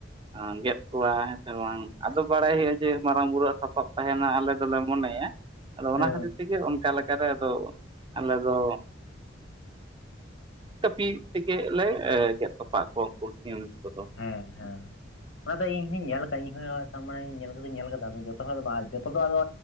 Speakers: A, on the right; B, on the left.
A: ᱟᱸᱻ ᱜᱮᱫ ᱠᱚᱣᱟ, ᱦᱮᱸ ᱥᱮ ᱵᱟᱝ, ᱟᱫᱚ ᱵᱟᱲᱟᱭ ᱦᱩᱭᱩᱜ-ᱟ, ᱡᱮ ᱢᱟᱨᱟᱝ ᱵᱩᱨᱩᱣᱟᱜ ᱥᱟᱯᱟᱵ ᱛᱟᱦᱮᱱᱟ, ᱟᱞᱮ ᱫᱚᱞᱮ ᱢᱚᱱᱮᱭᱟ, ᱟᱫᱚ ᱚᱱᱟ
B: ᱦᱮᱸ
A: ᱠᱷᱟᱹᱛᱤᱨ ᱴᱷᱤᱠ ᱜᱮ, ᱚᱱᱠᱟ ᱞᱮᱠᱟᱛᱮ ᱟᱫᱚ, ᱟᱞᱮ ᱫᱚ ᱠᱟᱹᱯᱤ ᱛᱮᱜᱮ ᱞᱮ, ᱜᱮᱫ ᱛᱚᱯᱟᱜ ᱠᱚᱣᱟ, ᱩᱱᱠᱩ ᱥᱤᱢ ᱠᱚᱫᱚ ᱾
B: ᱦᱮᱸ ᱦᱮᱸ ᱚᱱᱟ <unintelligible> ᱫᱚ ᱤᱧ ᱦᱩᱸᱧ ᱧᱮᱞ ᱟᱠᱟᱫᱟᱼᱟ, ᱤᱧ ᱦᱚᱸ ᱛᱟᱨᱢᱟᱱᱮ, ᱧᱮᱞ ᱠᱟᱛᱮᱧ ᱧᱮᱞ ᱟᱠᱟᱫᱟ, ᱟᱫᱚ ᱡᱚᱛᱚ ᱦᱚᱲ ᱫᱚ ᱵᱟᱝ, ᱡᱚᱛᱚ ᱫᱚ, ᱟᱫᱚ